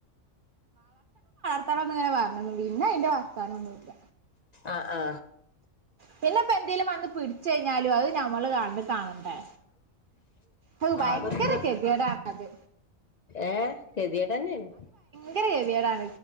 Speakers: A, on the right; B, on the left.
A: ങ്ങണം ന്ന് പറഞ്ഞിനു പിന്നായ്ന്റെ വാർത്താനൊന്നും ഇല്ല.
B: അ ആ..
A: പിന്നെ പ്പെന്തെങ്കിലും വന്ന് പിടിച് കഴിഞ്ഞാൽ അത് ഞമ്മൾ കണ്ണ് കാണണ്ടേ. ഹൗ ഭയങ്കര
B: ആ അതൊക്കെ
A: ഗതികേടാണ് അത്
B: ഏ. കേതിയെടെന്നെന്ന്.
A: ങ്കര കേതിയെടാൻ.